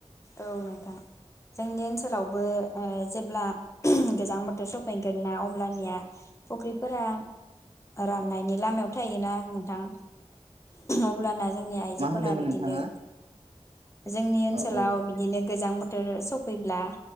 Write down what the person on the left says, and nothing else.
औ नोंथां जोंनि ओनसोलावबो ओ जेब्ला गोजां बोथोर सफैगोन ना अब्लानिया। फख्रिफोरा। राननायनि लामायाव थायोना नोंथां अब्लाना। जोंनि आइजोफोरा
बिदिनो।
जोंनि
सोलाव
बिदिनो गोजां बो थोर सफैब्ला